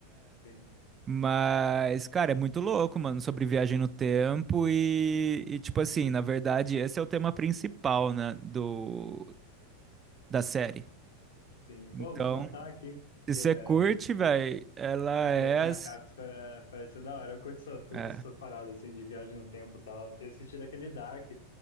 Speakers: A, on the left; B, on the right.
A: Sim,
B: Mas, cara, é muito louco, mano, sobre viagem no tempo e, e, tipo assim, na verdade, esse é o tema principal, né, do, da série.
A: sim. Pô,
B: Então,
A: vou anotar aqui
B: se
A: que
B: você
A: é
B: curte, velho, ela é,
A: Doze Macacos
B: as-
A: pa- parece ser da hora. Eu curto, essa, curto
B: é.
A: essas paradas assim de viagem no tempo e tal. Eu tenho assistido aquele Dark,